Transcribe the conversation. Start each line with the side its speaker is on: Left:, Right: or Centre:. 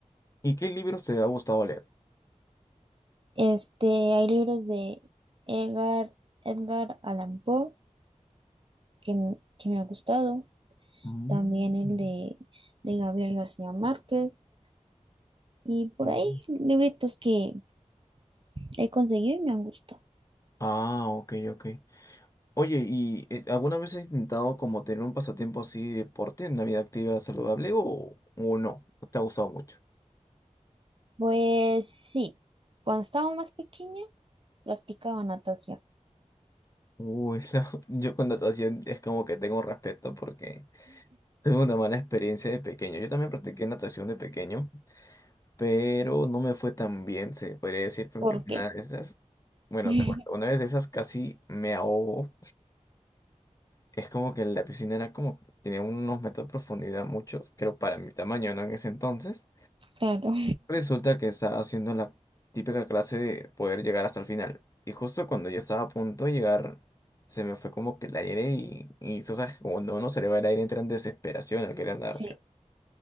Left: ¿Y qué libros te ha gustado leer?
Right: Este, hay libros de Edgar, Edgar Allan Poe que, m- que me ha gustado.
Left: Mm.
Right: También el de, de Gabriel García Márquez. Y por
Left: Oh.
Right: ahí, libritos que he conseguido y me han gustado.
Left: Ah, ok, ok. Oye, ¿y eh, alguna vez has intentado como tener un pasatiempo así de deporte, una vida activa saludable o, o no? ¿No ¿Te ha gustado mucho?
Right: Pues sí, cuando estaba más pequeña practicaba natación.
Left: Uy, <laughs> la- yo con natación es como que tengo respeto porque tuve una mala experiencia de pequeño. Yo también practiqué natación de pequeño. pero no me fue tan bien, se podría decir, porque
Right: ¿Por qué?
Left: una de esas, bueno,
Right: <laughs>
Left: te cuento, una vez de esas casi me ahogo. Es como que la piscina era como, tenía unos metros de profundidad, muchos, creo para mi tamaño, ¿no? En ese entonces.
Right: Claro,
Left: Resulta que estaba haciendo la típica clase de poder llegar hasta el final. Y justo cuando yo estaba a punto de llegar, se me fue como que el aire y, y tú sabes, que cuando uno se le va el aire entra en desesperación al querer nadar,
Right: sí.
Left: ¿sí?